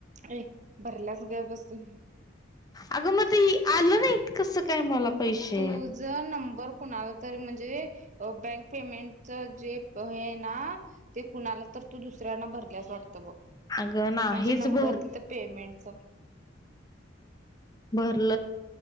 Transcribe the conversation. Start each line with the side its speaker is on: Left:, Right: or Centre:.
Right: ए भरलास ग बस तू
Left: अग मग ती. आलं नाहीत कसं काय मला. पैसे
Right: तुझ नंबर कोणाला तरी म्हणजे बँक पेमेंटच जे. प ना ते कुणाला तर तू दुसऱ्यांना भरल्यास वाटतं बघ.
Left: भ
Right: म्हणजे नंबर तिथं पेमेंटच
Left: भ.